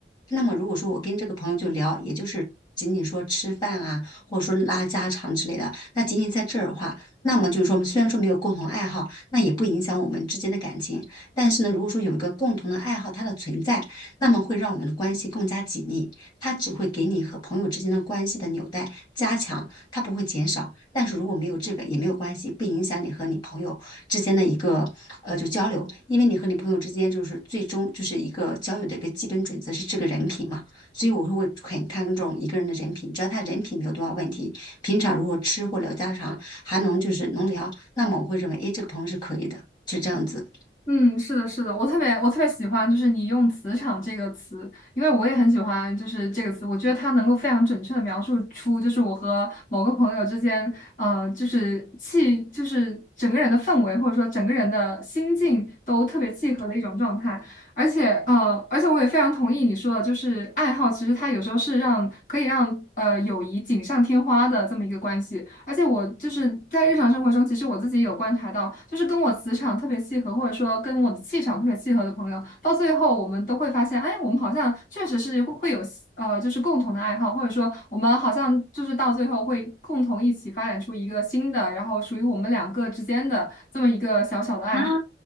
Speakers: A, on the left; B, on the left.
A: 那么如果说我跟这个朋友就聊，也就是仅仅说吃饭啊，或者说拉家常之类的，那仅仅在这儿的话，那么就是说虽然说没有共同爱好，那也不影响我们之间的感情。但是呢，如果说有一个共同的爱好，它的存在，那么会让我们的关系更加紧密。它只会给你和朋友之间的关系的纽带加强，它不会减少。但是如果没有这个也没有关系，不影响你和你朋友之间的一个呃就交流，因为你和你朋友之间就是最终就是一个交友的一个基本准则是这个人品嘛，所以我会很看重一个人的人品，只要他人品没有多少问题，平常如果吃或聊家常还能就是能聊，那么我会认为，哎，这个朋友是可以的，是这样子。
B: 嗯，是的，是的，我特别我特别喜欢，就是你用“磁场”这个词，因为我也很喜欢，就是这个词，我觉得它能够非常准确的描述出，就是我和某个朋友之间，呃，就是气，就是整个人的氛围，或者说整个人的心境都特别契合的一种状态。而且，呃，而且我也非常同意你说的，就是爱好，其实它有时候是让可以让呃友谊锦上添花的这么一个关系。而且我就是在日常生活中，其实我自己有观察到，就是跟我磁场特别契合，或者说跟我的气场特别契合的朋友，到最后我们都会发现，哎，我们好像确实是会会有呃，就是共同的爱好，或者说我们好像就是到最后会共同一起发展出一个新的，然后属于我们两个之间的这么一个小小的爱好。
A: 啊，